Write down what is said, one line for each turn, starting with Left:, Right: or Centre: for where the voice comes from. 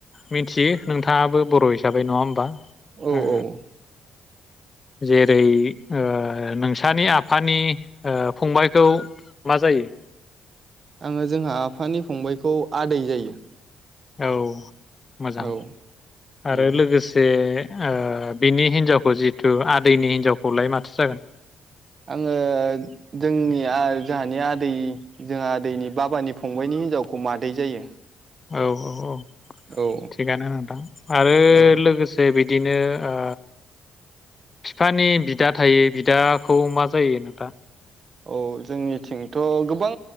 Left: मिथियो नोंथाङाबो बर' हिसाबै नङा होमबा?
Right: औ
Left: ओ
Right: औ
Left: जेरै ओ नोंसानि आफानि ओ फंबायखौ मा जायो?
Right: आंङो जोंहा आफानि फंबाइखौ आदै जायो।
Left: औ मोजां
Right: औ
Left: आरो
Right: औ
Left: लोगोसे ओ बिनि हिनजावखौ जिहेथु आदैनि हिनजावखौलाय माथो जागोन?
Right: आंङो जोंनि जोंहानि आदै जोंहा आदैनि बाबानि फंबायनि हिनजावखौ मादै जायो।
Left: औ औ औ।
Right: औ
Left: थिगानो नोंथां आरो
Right: औ
Left: लोगोसे बिदि। बिदिनो ओ बिफानि बिदा थायो बिदाखौ मा जायो नोंथा?
Right: औ जोंनिथिंथ' गोबां